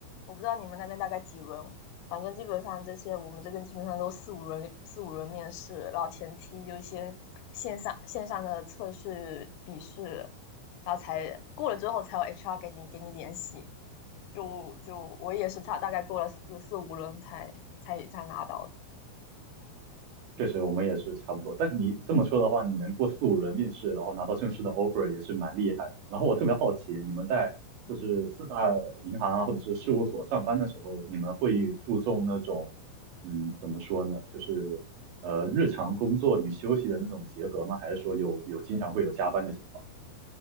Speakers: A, on the left; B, on the right.
A: 我不知道你们那边大概几轮，反正基本上这些我们这边基本上都四五轮四五轮面试，然后前期有一些线上线上的测试笔试，然后才过了之后才有 HR 给你给你联系。就就我也是差大概过了四四五轮才才才拿到的。
B: 确实我们也是差不多。但你这么说的话，你能过四五轮面试，然后拿到正式的 offer 也是蛮厉害的。然后我特别好奇，你们在就是四大银行啊，
A: 嗯
B: 或者是事务所上班的时候，你们会注重那种，嗯，怎么说呢，就是呃日常工作与休息的那种结合吗？还是说有有经常会有加班的情况？